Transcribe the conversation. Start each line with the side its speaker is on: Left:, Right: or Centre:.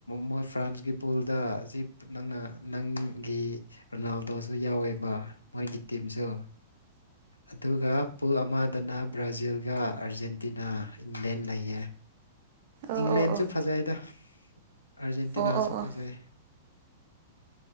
Left: ꯃꯣꯏ ꯐ꯭ꯔꯥꯟꯁꯀꯤ ꯄꯨꯜꯗ ꯑꯁꯤ ꯅꯪꯅ ꯅꯪ ꯒꯤ ꯔꯣꯅꯥꯜꯗꯣꯁꯨ ꯌꯥꯎꯋꯦꯕ ꯃꯣꯏꯒꯤ ꯇꯤꯝꯁꯨ ꯑꯗꯨꯒ ꯄꯨꯜ ꯑꯃꯗꯅ ꯕ꯭ꯔꯥꯖꯤꯜꯒ ꯑꯥꯔꯖꯦꯟꯇꯤꯅꯥ ꯏꯪꯂꯦꯟ ꯂꯩꯌꯦ
Right: ꯑꯣ
Left: ꯏꯪꯂꯦꯟꯁꯨ
Right: ꯑꯣ ꯑꯣ
Left: ꯐꯖꯩꯗ ꯑꯥꯔꯖꯦꯟꯇꯤꯅꯥꯁꯨ
Right: ꯑꯣ ꯑꯣ ꯑꯣ
Left: ꯐꯖꯩ